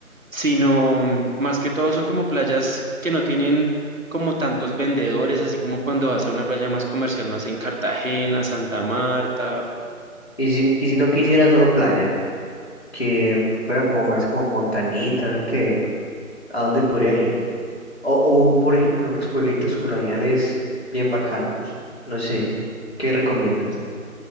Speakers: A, on the right; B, on the left.
A: sino mm, más que todo son como playas que no tienen como tantos vendedores, así como cuando vas a una playa más comercial, no sé, en Cartagena, Santa Marta,
B: Y si, y si no quisiera solo playa, que fuera como más como montañitas, que ¿a dónde podría ir? O, o por ejemplo, unos pueblitos coloniales bien bacanos. No sé, ¿qué recomiendas?